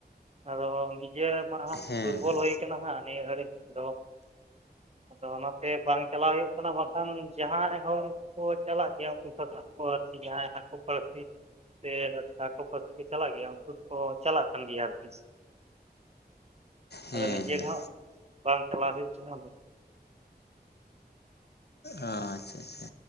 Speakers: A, on the right; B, on the left.
A: ᱟᱫᱚ ᱱᱤᱡᱮ ᱢᱟ ᱦᱟᱸᱜ
B: ᱦᱮᱸ
A: ᱫᱩᱨᱵᱚᱞ
B: ᱦᱮᱸ
A: ᱦᱩᱭ ᱠᱟᱱᱟ ᱦᱟᱸᱜ ᱱᱤᱭᱟᱹ ᱜᱷᱟᱹᱲᱤᱡ ᱫᱚ ᱟᱫᱚ ᱚᱱᱟᱛᱮ ᱵᱟᱝ ᱪᱟᱞᱟᱣ ᱦᱩᱭᱩᱜ ᱠᱟᱱᱟ ᱵᱟᱝᱠᱷᱟᱱ ᱡᱟᱦᱟᱸᱭ ᱦᱤᱭ ᱠᱚ ᱪᱟᱞᱟᱜ ᱜᱮᱭᱟ ᱩᱱᱠᱩ ᱥᱟᱫᱟᱜ ᱠᱚ ᱟᱨᱠᱤ ᱡᱟᱦᱟᱸᱭ ᱦᱟᱜ ᱦᱟᱠᱩ ᱵᱟᱲᱥᱤ ᱥᱮ ᱦᱟᱠᱩ ᱯᱟᱥᱤ ᱨᱮᱠᱚ ᱪᱟᱞᱟᱜ ᱜᱮᱭᱟ ᱩᱱᱠᱩ ᱫᱚᱠᱚ ᱪᱟᱞᱟᱜ ᱠᱟᱱ ᱜᱮᱭᱟ ᱟᱨᱠᱤ
B: ᱦᱮᱸ
A: ᱟᱫᱚ ᱱᱤᱡᱮ
B: ᱦᱮᱸ
A: ᱦᱟᱸᱜ ᱵᱟᱝ ᱪᱟᱞᱟᱣ ᱦᱩᱭᱩᱜ ᱠᱟᱱᱟ
B: ᱚ ᱟᱪᱪᱷᱟ ᱟᱪᱪᱷᱟ